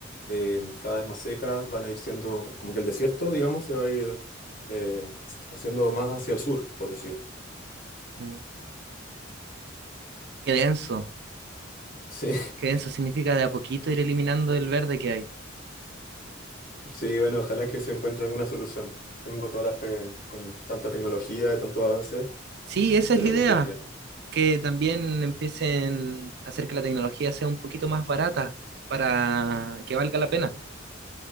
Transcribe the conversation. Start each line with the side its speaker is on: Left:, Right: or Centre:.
Left: eh, cada vez más secas van a ir siendo, co- como que el desierto, digamos, se va a ir eh, s- haciendo más hacia el sur, por decir.
Right: Mm. Qué denso,
Left: Sí,
Right: qué denso significa de a poquito ir eliminando el verde que hay.
Left: <laughs> sí, bueno, ojalá que se encuentre alguna solución. Tengo toda la fe con tanta tecnología, tanto avance.
Right: Sí, esa
Left: Esperemos
Right: es la idea,
Left: que...
Right: que también empiecen a hacer que la tecnología sea un poquito más barata para que valga la pena.